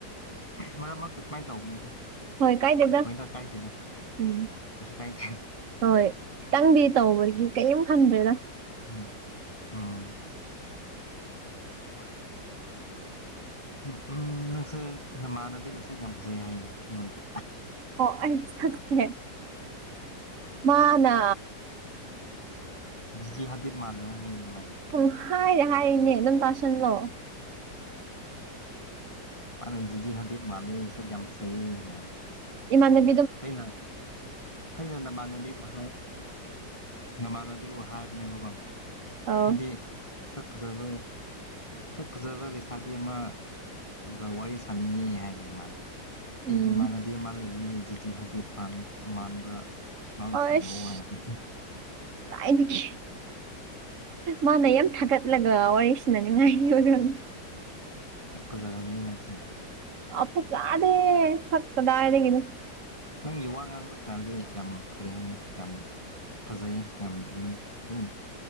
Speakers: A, on the left; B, on the right.
A: ꯃꯔꯛ ꯃꯔꯛꯇ ꯁꯨꯃꯥꯏꯅ ꯇꯧꯕꯅꯤꯅ
B: ꯍꯣꯏ ꯀꯥꯏꯗꯦꯗ
A: ꯁꯣꯏꯗ ꯀꯥꯏꯗꯦꯗ
B: ꯎꯝ
A: ꯁꯤꯁꯨ ꯀꯥꯏ ꯊ
B: ꯍꯣꯏ ꯈꯤꯇꯪꯗꯤ ꯇꯧꯕꯒꯤ ꯀꯔꯤꯝ ꯈꯟꯗ꯭ꯔꯦꯗ
A: ꯎꯝ ꯎꯝ <unintelligible> ꯎꯝ ꯎꯝ ꯅꯪꯁꯦ ꯅꯃꯥꯟꯅꯕꯤꯅ ꯁꯛ ꯌꯥꯝ ꯐꯖꯩ ꯍꯥꯏꯅꯤ ꯑꯩꯉꯣꯟꯗ
B: ꯑꯣ ꯑꯩ ꯁꯛꯁꯦ ꯃꯥꯅ
A: ꯕꯤꯁ ꯈꯗꯤ ꯃꯥꯂꯦ ꯍ ꯃꯥꯅꯦ
B: ꯎꯝ ꯍꯥꯏꯔꯦ ꯍꯥꯏꯔꯤꯅꯦ ꯑꯗꯨꯝ ꯇꯥꯁꯜꯂꯣ
A: ꯃꯥꯅ ꯖꯤꯖꯤ ꯍꯗꯤꯠ ꯃꯥꯜꯦ ꯁ ꯒꯦꯝ ꯐꯁꯥꯏꯌꯦꯅ
B: ꯃꯅꯦ
A: ꯑꯩꯅ ꯑꯩꯅ ꯅꯃꯥꯟꯅꯕꯤꯕꯨ ꯍꯥꯏ ꯅꯃꯥꯟꯅꯕꯤꯕꯨ ꯍꯥꯏꯕꯅꯦꯕꯀꯣ
B: ꯑꯧ
A: ꯑꯩꯗꯤ ꯆꯛ ꯐꯖꯕ ꯁꯛ ꯐꯖꯕ ꯂꯩꯁꯥꯕꯤ ꯑꯃ ꯒ ꯋꯥꯔꯤ ꯁꯥꯅꯤꯡꯉꯦ ꯍꯥꯏꯔꯤ ꯃꯥꯅ ꯑꯩ
B: ꯎꯝ
A: ꯏꯃꯥꯟꯅꯕꯤ ꯑꯃ ꯂꯩꯌꯦ ꯖꯤꯖꯤ ꯈꯥꯗꯦꯞ ꯄꯥꯟ ꯃꯥꯟꯕ ꯃꯥꯒ
B: ꯑꯁ
A: ꯁꯥꯟꯅꯧꯑꯣ ꯍꯥꯏꯅ
B: ꯀꯗꯥꯏꯗꯒꯤ ꯃꯥꯅ ꯌꯥꯝ ꯊꯥꯒꯠꯂꯒ ꯋꯥꯔꯤ ꯁꯥꯟꯅꯅꯤꯡꯉꯥꯏꯒꯤ ꯑꯣꯏꯔꯝꯃꯦ
A: ꯁꯛ ꯐꯖꯥꯔꯝꯅꯤ ꯅꯪꯁꯦ
B: ꯑ <unintelligible> ꯁꯛ ꯀꯗꯥꯏꯗꯒꯤꯅꯣ
A: ꯅꯪꯒꯤ ꯋꯥ ꯉꯥꯡꯕ ꯏꯁꯇꯥꯏꯜꯗꯤ ꯌꯥꯝ ꯀꯔꯤ ꯍꯥꯏꯅꯤ ꯌꯥꯝ ꯐꯖꯩꯌꯦ ꯌꯥꯝ ꯌꯨꯅꯤꯛ ꯑꯗꯨꯝ